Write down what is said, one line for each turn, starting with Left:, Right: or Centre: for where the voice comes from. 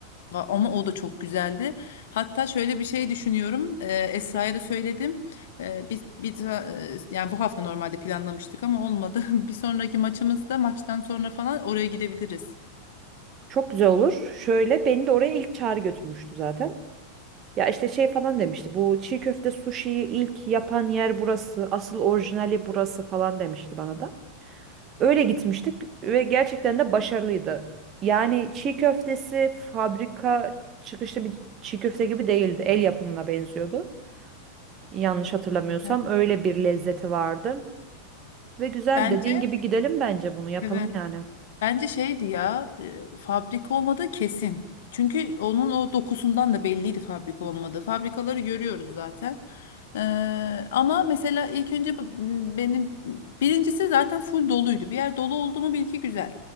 Left: Va- Ama o da çok güzeldi. Hatta şöyle bir şey düşünüyorum. e, Esra'ya da söyledim. E, Biz, biz e, yani bu hafta normalde planlamıştık ama olmadı. <laughs> Bir sonraki maçımızda maçtan sonra falan oraya gidebiliriz.
Right: Çok güzel olur. Şöyle beni de oraya ilk çağrı götürmüştü zaten. Ya işte şey falan demişti. Bu çiğ köfte suşiyi ilk yapan yer burası. Asıl orijinali burası falan demişti bana da. Öyle gitmiştik ve gerçekten de başarılıydı. Yani çiğ köftesi fabrika çıkışlı bir çiğ köfte gibi değildi. El yapımına benziyordu. Yanlış hatırlamıyorsam
Left: Evet.
Right: öyle bir lezzeti vardı. Ve güzel
Left: Bence
Right: dediğin gibi gidelim bence bunu yapalım
Left: evet.
Right: yani.
Left: Bence şeydi ya e, fabrika olmadığı kesin. Çünkü onun o dokusundan da belliydi fabrika olmadığı. Fabrikaları görüyoruz zaten. Ee, ama mesela ilk önce b- m, benim birincisi zaten full doluydu. Bir yer dolu oldu mu bil ki güzel.